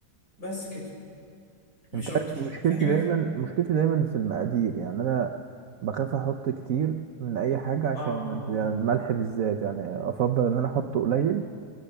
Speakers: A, on the left; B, on the right.
A: بس كده مش
B: انت
A: اكتر
B: عارف مشكلتي
A: في حاجه
B: دايما
A: في...
B: مشكلتي دايما في المقادير يعني انا بخاف احط كتير من اي حاجه عشان
A: اه آه، آه.
B: يعني الملح بالذات يعني افضل ان انا احطه قليل